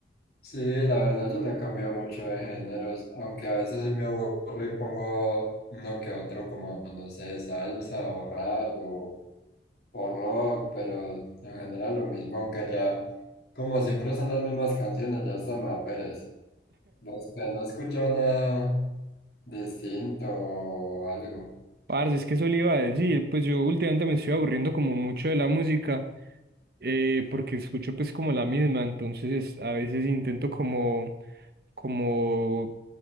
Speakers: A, on the left (about 60°); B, on the right (about 55°).
A: Sí, la verdad yo no he cambiado mucho de géneros, aunque a veces sí me aburro y pongo uno que otro como, no sé, salsa o rap o, o rock, pero en general lo mismo, aunque ya, como siempre son las mismas canciones, ya hasta me da pereza. ¿Vos que no has escuchado nada distinto o algo?
B: Parce, es que eso le iba a decir, pues yo últimamente me estoy aburriendo como mucho de la música, eh, porque escucho pues como la misma, entonces a veces intento como, como,